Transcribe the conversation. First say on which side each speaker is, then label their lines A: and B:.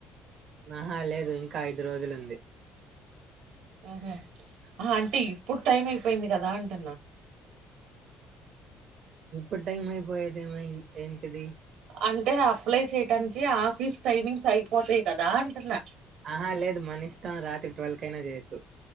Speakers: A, on the right; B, on the right.
A: ఆహా లేదు ఇంకా ఐదు రోజులు ఉంది
B: ఆహ ఆ అంటే ఇప్పుడు టైం అయిపోయింది కదా అంటున్నా
A: ఇప్పుడు టైం అయిపోయేది ఏమని ఎంటది
B: అంటే అప్లై చేయడానికి ఆఫీస్ టైమింగ్స్ అయిపోతాయి కదా అంటున్నా
A: ఆహా లేదు మని ఇష్టాం రాత్రి ట్వల్ కైనా చేయొచ్చు